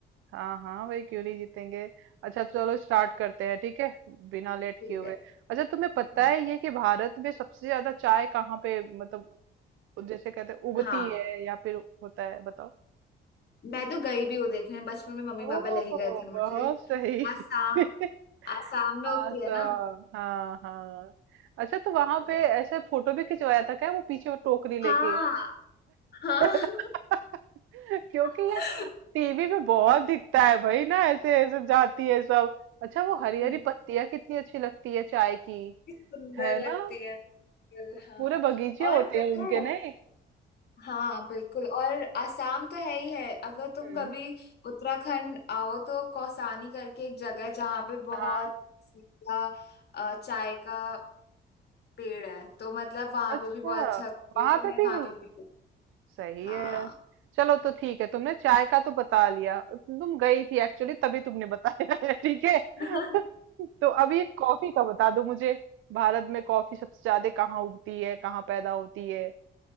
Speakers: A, on the right; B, on the left.
A: हाँ हाँ भाई क्यों नहीं जीतेंगे अच्छा चलो स्टार्ट करते हैं ठीक है बिना लेट
B: ठीक
A: किए हुए
B: है
A: अच्छा तुम्हें पता
B: हाँ
A: है ये कि भारत में सबसे ज्यादा चाय कहाँ पे मतलब वो जैसे कहते हैं उगती
B: हाँ
A: है या फिर होता है बताओ
B: मैं तो गई भी हूँ देखने बचपन में मम्मी
A: ओ
B: पापा लेके गए थे मुझे
A: बहुत सही
B: आसाम
A: <laughs>
B: आसाम में उगती
A: आसम
B: है ना
A: हाँ हाँ अच्छा तो वहां
B: बिल्कुल
A: पे ऐसे फोटो भी खिंचवाया था क्या वो पीछे वो टोकरी
B: हाँ
A: लेके
B: हाँ
A: <laughs> क्योंकि
B: <laughs>
A: ये टीवी में बहुत दिखता है भाई ना ऐसे ऐसे जाती है सब अच्छा वो हरी
B: हम्म,
A: हरी पत्तियां कितनी अच्छी लगती है चाय की
B: कितनी सुंदर
A: है
B: लगती
A: ना
B: है बिल्कुल,
A: उस
B: हाँ
A: पूरे बगीचे
B: और
A: होते
B: पता
A: हैं उनके
B: है
A: नहीं
B: हाँ बिल्कुल और आसाम तो है ही है अगर तुम
A: हम्म
B: कभी उत्तराखंड आओ तो कौसानी करके एक जगह है जहाँ पे बहुत
A: हाँ
B: सीधा अ, चाय का पेड़ है तो मतलब वहां
A: अच्छा
B: पे भी बहुत अच्छा होती
A: वहां
B: है और
A: पे
B: मैं
A: भी
B: वहां पे भी
A: सही
B: हाँ
A: है यार चलो तो ठीक है तुमने चाय का तो बता लिया तुम गई थी एक्चुअली तभी तुमने बताया <laughs> है ठीक है
B: <laughs>
A: <laughs> तो अभी कॉफी का बता दो मुझे भारत में कॉफी सबसे ज्यादा कहाँ उगती है कहाँ पैदा होती है